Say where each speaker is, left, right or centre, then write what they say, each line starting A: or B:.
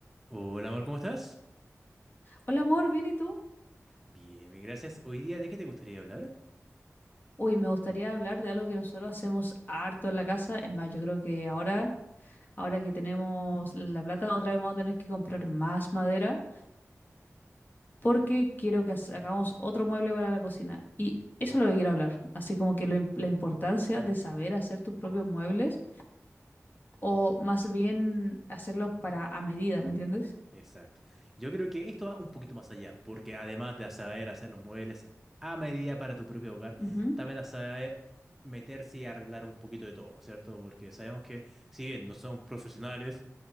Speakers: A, in the centre; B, on the left (about 35°).
A: Hola, amor, ¿cómo estás?
B: Hola amor, ¿bien y tú?
A: Bien, bien, gracias. Hoy día, ¿de qué te gustaría hablar?
B: Uy, me gustaría hablar de algo que nosotros hacemos harto en la casa. Es más, yo creo que ahora, ahora que tenemos la plata, otra vez vamos a tener que comprar más madera porque quiero que ha- hagamos otro mueble para la cocina. Y eso es lo que quiero hablar. Así como que lo im- la importancia de saber hacer tus propios muebles o más bien hacerlos para a medida, ¿me entiendes?
A: Exacto. Yo creo que esto va un poquito más allá, porque además de saber hacer los muebles a medida para tu propio hogar,
B: Ujú,
A: también a saber meterse y arreglar un poquito de todo, ¿cierto? Porque sabemos que, si bien no somos profesionales,